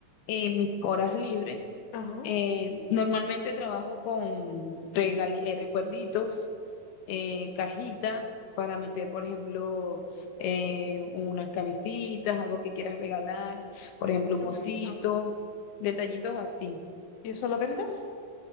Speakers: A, on the left (about 80°); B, on the left (about 60°).
A: en mis horas libres.
B: Ajá.
A: Eh, normalmente trabajo con regali- eh, recuerditos, eh, cajitas para meter, por ejemplo, eh, unas camisitas, algo que quieras regalar, por ejemplo, un
B: Qué
A: osito,
B: bonito.
A: detallitos así.
B: ¿Y eso lo vendes?